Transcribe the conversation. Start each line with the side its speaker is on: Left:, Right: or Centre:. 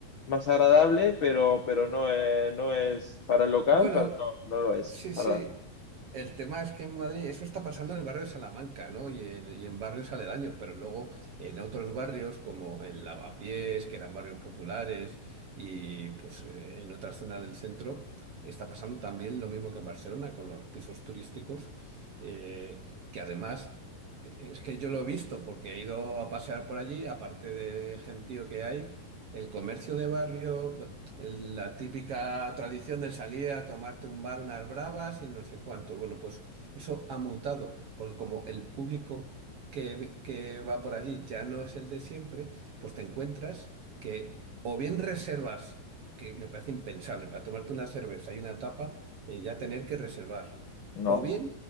Left: más agradable, pero, pero no, eh, no es para el local,
Right: Bueno,
Left: para, no, no lo es.
Right: Sí, sí.
Left: Para,
Right: El tema es que en Madrid eso está pasando en el barrio de Salamanca, ¿no? Y en, y en barrios aledaños, pero luego en otros barrios como en Lavapiés, que eran barrios populares, y pues eh, en otras zonas del centro, está pasando también lo mismo que en Barcelona con los pisos turísticos, eh, que además eh, es que yo lo he visto porque he ido a pasear por allí, aparte del gentío que hay, el comercio de barrio la típica tradición de salir a tomarte un bar, unas bravas y no sé cuánto. Bueno, pues eso ha mutado, porque como el público que, ve- que va por allí ya no es el de siempre, pues te encuentras que o bien reservas, que me parece impensable, para tomarte una cerveza y una tapa, eh, ya tener que reservar,
Left: no,
Right: o bien